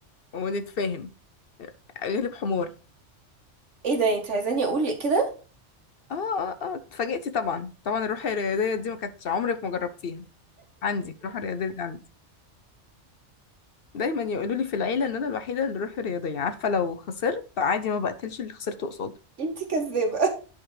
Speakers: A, on the left; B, on the right.
A: ونتفاهم غلب حمار
B: ايه ده انت عايزاني اقول كده
A: اه اه اه اتفاجئتي طبعا طبعا الروح الرياضية دي ما كانتش عمرك ما جربتيها عندي الروح الرياضية دي عندي دايما يقولوا لي في العيلة ان انا الوحيدة اللي روحي رياضية عارفة لو خسرت عادي ما بقتلش اللي خسرته قصادي
B: انت كذابة